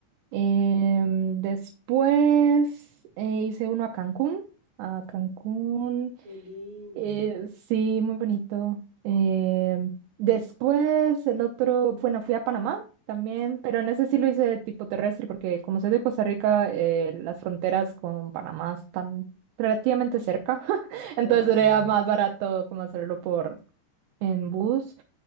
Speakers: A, on the right; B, on the right.
A: em, después eh, hice uno a Cancún. A Cancún.
B: Qué lindo.
A: Eh, sí, muy bonito. Eh, después el otro, bueno, fui a Panamá también, pero en ese sí lo hice de tipo terrestre, porque como soy de Costa Rica, eh, las fronteras con Panamá están relativamente cerca, <laughs>
B: Claro.
A: entonces sería más barato como hacerlo por en bus.